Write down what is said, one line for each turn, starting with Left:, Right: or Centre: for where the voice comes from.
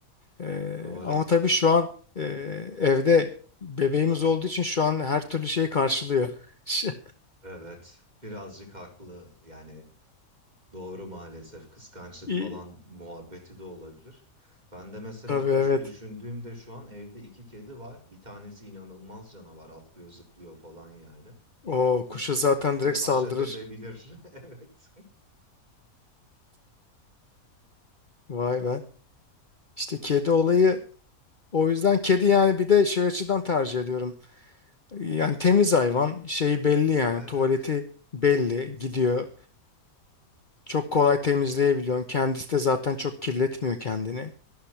Left: Ee,
Right: doğru.
Left: ama tabii şu an e, evde bebeğimiz olduğu için şu an her türlü şeyi karşılıyor. <laughs>
Right: Evet. Birazcık haklı. Yani doğru maalesef. Kıskançlık
Left: İyi.
Right: falan muhabbeti de olabilir. Ben de mesela
Left: Tabii
Right: kuşu
Left: evet.
Right: düşündüğümde şu an evde iki kedi var. Bir tanesi inanılmaz canavar. Atlıyor, zıplıyor falan yani.
Left: O
Right: O
Left: kuşa
Right: kuşu
Left: zaten direkt
Right: bir haşat
Left: saldırır.
Right: edebilir. <laughs> Evet.
Left: Vay be. İşte kedi olayı o yüzden kedi yani bir de şey açıdan tercih ediyorum. Yani temiz hayvan şeyi belli yani
Right: Evet.
Left: tuvaleti belli gidiyor. Çok kolay temizleyebiliyorsun. Kendisi de zaten çok kirletmiyor kendini.